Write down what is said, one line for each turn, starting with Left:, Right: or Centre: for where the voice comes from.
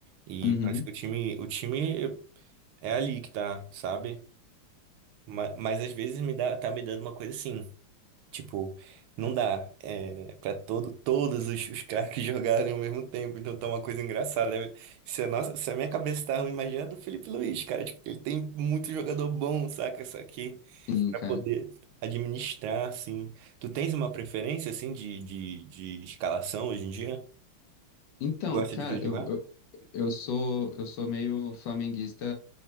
Right: e
Left: Uhum,
Right: parece que o time, o time é ali que tá, sabe? Ma- Mas, às vezes me dá, tá me dando uma coisa assim. Tipo, não dá é, para todo, todos os, os craques <laughs> jogarem ao mesmo tempo. Então tá uma coisa engraçada. né? Se a, nossa, se a minha cabeça tá ruim, imagina a do Felipe Luiz, cara. Tipo, ele tem muito jogador bom, saca? Isso aqui,
Left: sim,
Right: pra
Left: cara.
Right: poder administrar, assim. Tu tens uma preferência, assim, de, de, de escalação hoje em dia?
Left: Então,
Right: Tu Gosta
Left: cara,
Right: de ver jogar?
Left: eu, eu sou eu sou meio flamenguista